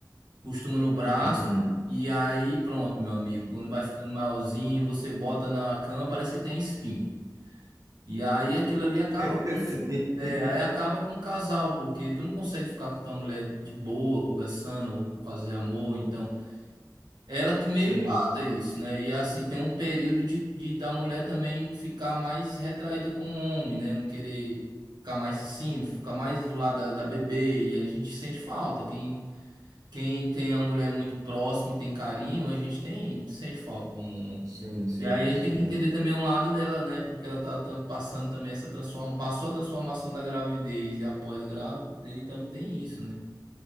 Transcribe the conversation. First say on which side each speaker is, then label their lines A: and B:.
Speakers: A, on the right; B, on the right.
A: costuma no braço
B: Uhum.
A: e aí pronto, meu amigo. Quando vai ficando maiorzinho, você bota na cama, parece que tem espinho. E aí aquilo ali acaba
B: <laughs>
A: com, é, aí acaba com o casal, porque tu não consegue ficar com tua mulher de boa, conversando, ou fazer amor, então. Ela que meio
B: Sim,
A: empata
B: sim,
A: isso, né? E assim, tem um período de, de da mulher também ficar mais retraída com o homem, né? Não querer ficar mais assim, ficar mais do lado da, da bebê. E a gente sente falta. Quem, quem tem a mulher muito próxima e tem carinho, a gente tem, sente falta como homem.
B: sim, sim,
A: E aí a
B: sim.
A: gente tem que entender também um lado dela, né? Porque ela tá, tá passando também essa transformação, passou a transformação da gravidez e após grávida, e também tem isso, né?